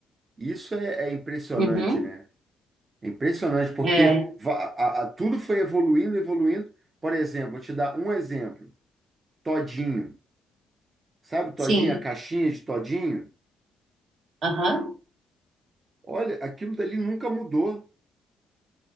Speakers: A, on the right (about 30°); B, on the right (about 65°).
A: Isso é, é impressionante,
B: Uhum,
A: né? É impressionante porque
B: é,
A: va- a- a- tudo foi evoluindo, evoluindo. Por exemplo, vou te dar um exemplo. Todinho. Sabe Todinho,
B: sim,
A: a caixinha de Todinho?
B: aham,
A: Olha, aquilo dali nunca mudou.